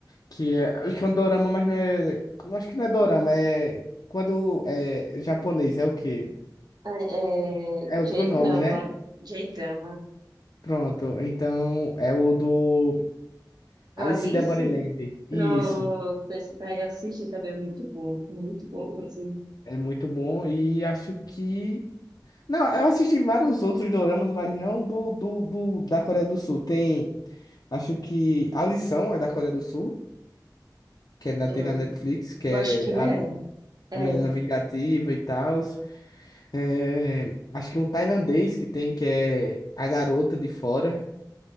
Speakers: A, on the left; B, on the right.
A: que é, acho que é um dorama, mas não é, não acho que não é dorama, é quando é japonês, é o quê?
B: É,
A: É
B: é,
A: outro
B: J-drama.
A: nome, né?
B: J-drama.
A: Pronto, então é o do Alice
B: Alice,
A: in the Borderland.
B: pro,
A: Isso,
B: pra esse- pra ir assistir também, é muito bom. Muito bom mesmo.
A: é muito bom e acho que não, eu assisti vários outros doramas, mas não do, do, do da Coreia do Sul. Tem, acho que A Lição é da Coreia do Sul que é na,
B: Eu,
A: tem na Netflix, que
B: eu
A: é
B: acho que
A: a,
B: é. É.
A: A menina vingativa e tal. É, acho que um tailandês que tem, que é A Garota de Fora.